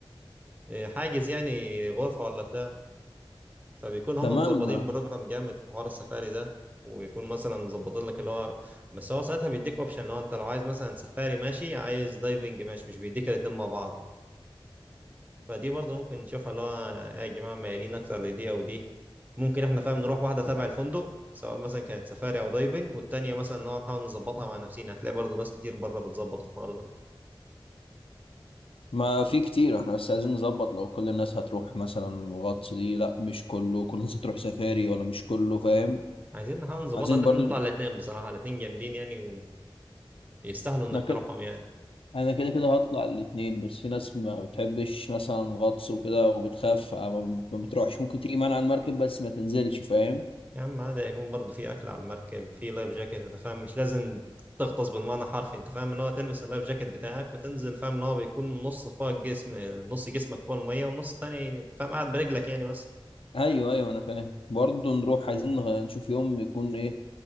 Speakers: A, on the right (about 20°); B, on the left (about 80°).
A: إيه، حاجز يعني غرفة ولا بتاع فبيكون هم
B: تمام
A: مظبطين بروجرام جامد في حوار السفاري ده ويكون مثلا مظبطين لك اللي هو بس هو ساعتها بيديك اوبشن اللي هو انت لو عايز مثلا سفاري ماشي عايز دايفنج ماشي مش بيديك الاتنين مع بعض فدي برضه ممكن نشوفها اللي هو يا جماعة ميالين اكتر لدي او دي ممكن احنا فاهم نروح واحدة تبع الفندق سواء مثلا كانت سفاري او دايفنج والتانية مثلا اللي هو نحاول نظبطها مع نفسينا هتلاقي برضه ناس كتير بره بتظبط الحوار ده
B: ما في كتير احنا بس عايزين نظبط لو كل الناس هتروح مثلا الغطس دي لا مش كله كل الناس هتروح سفاري ولا مش كله فاهم
A: عايزين نحاول نظبطها
B: عايزين
A: ان
B: برضو
A: احنا نطلع الاتنين بصراحة الاتنين جامدين يعني ويستاهلوا انك
B: ما كده
A: تروحهم يعني
B: انا كده كده هطلع الاتنين بس في ناس ما بتحبش مثلا الغطس وكده وبتخاف ما ما بتروحش ممكن تيجي معانا على المركب بس ما تنزلش فاهم
A: يا عم عادي يكون برضه في اكل على المركب في لايف جاكيت انت فاهم مش لازم تغطس بالمعنى حرفي انت فاهم اللي هو تلبس اللايف جاكيت بتاعك وتنزل فاهم اللي هو بيكون نص فوق الجسم نص جسمك فوق الميه والنص التاني فاهم قاعد برجلك يعني بس
B: ايوه ايوه انا فاهم برضو نروح عايزين نغ- نشوف يوم يكون ايه